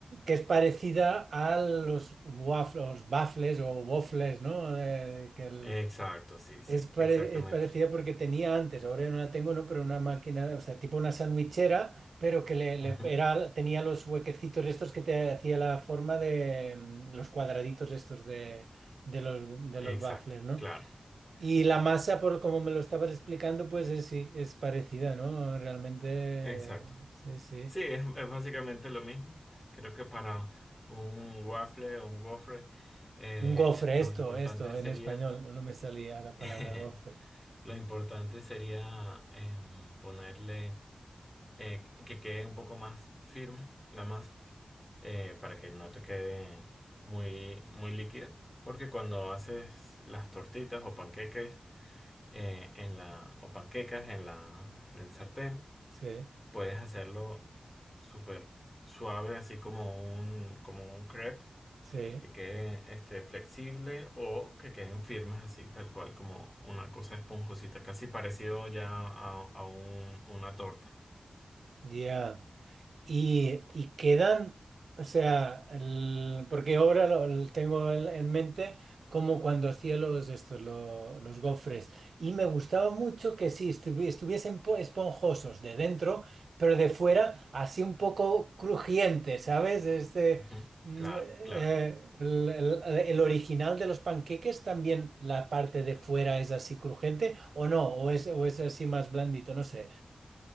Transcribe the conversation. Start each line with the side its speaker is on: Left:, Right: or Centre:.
Right: que es parecida a los waffles, baffles o waffles, ¿no? Eh, que el-
Left: Exacto, sí, sí,
Right: Es, pare-
Left: exactamente.
Right: es parecida porque tenía antes, ahora no la tengo, ¿no? Pero una máquina, o sea, tipo una sandwichera, pero que le, le-
Left: Ujú,
Right: era, tenía los huequecitos estos que te hacía la forma de mm, los cuadraditos estos de, de los, de
Left: Exacto,
Right: los baffles, ¿no?
Left: claro,
Right: Y la
Left: claro,
Right: masa, por como me lo estabas explicando, pues es, sí, es parecida, ¿no? Realmente,
Left: exacto.
Right: sí, sí.
Left: Sí, es, es básicamente lo mismo. Creo que para un waffle o un gofre, eh,
Right: Un gofre,
Left: lo
Right: esto,
Left: importante
Right: esto,
Left: sería,
Right: en español, no me salía la
Left: <laughs>
Right: palabra gofre.
Left: lo importante sería em, ponerle eh, que quede un poco más firme la masa. eh, para que no te quede muy, muy líquido. Porque cuando haces las tortitas o panqueques eh, en la, o panquecas en la, en el sartén,
Right: Sí,
Left: puedes hacerlo súper suave, así como un, como un crepe,
Right: sí,
Left: que quede este, flexible o que queden firmes así, tal cual, como una cosa esponjosita, casi parecido ya a, a un- una torta.
Right: ya. Y, y quedan, o sea, el- porque ahora lo, lo tengo en, en mente como cuando hacía los, estos, lo- los gofres. Y me gustaba mucho que sí, estuvi- estuviesen po- esponjosos de dentro, pero de fuera así un poco crujiente, ¿sabes? Este,
Left: Ujú.
Right: mm,
Left: Claro,
Right: eh,
Left: claro.
Right: el, el- el original de los panqueques también la parte de fuera es así crujiente, o no, o es, o es así más blandito, no sé.